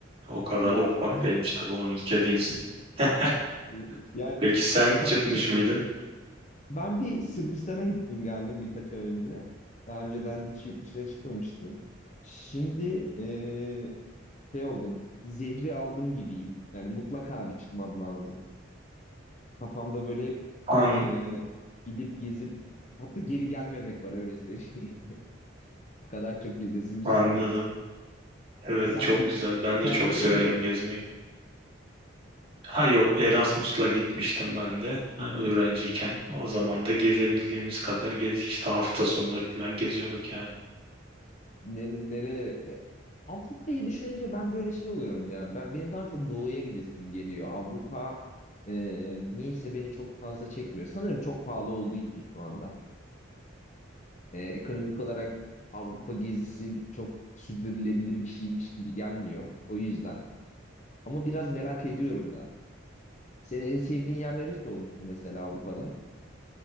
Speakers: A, on the right; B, on the left.
A: o kadar
B: Ya
A: da ufak
B: o...
A: değilmiş tabii 10 ülke değil. <laughs>
B: <laughs> yani
A: Peki sen
B: ufak
A: çıkmış
B: çe-
A: mıydın?
B: ben bir Sırbistan'a gittim geldim birkaç ay önce. Daha önceden hiç yurt dışına çıkmamıştım. Şimdi e, şey oldum. Zehri aldım gibiyim. Yani mutlaka bir çıkmam lazım. Kafamda böyle hep
A: An
B: e, gidip gezip hatta geri gelmemek var öyle söyleyeyim. <laughs> Bu kadar çok gezesim
A: anladım.
B: var ki.
A: Evet
B: Sen
A: çok
B: in-
A: güzel.
B: Interrail
A: Ben de çok severim
B: mi yaptın?
A: gezmeyi. Ha yok Erasmus'la gitmiştim ben de ha,
B: Hı hı.
A: öğrenciyken. O zaman da gezebildiğimiz
B: Hı.
A: kadar gezdik. İşte hafta sonları falan geziyorduk yani.
B: Ne, nerelere? E, Avrupa'yı düşününce ben böyle şey oluyorum ya. Ben benim daha çok doğuya gidesim geliyor. Avrupa e, niyeyse beni çok fazla çekmiyor. Sanırım çok pahalı olduğu için şu anda. E, ekonomik olarak Avrupa gezisi çok sürdürülebilir bir şeymiş gibi gelmiyor. O yüzden. Ama biraz merak ediyorum da. Senin en sevdiğin yer neresi olmuştu mesela Avrupa'da?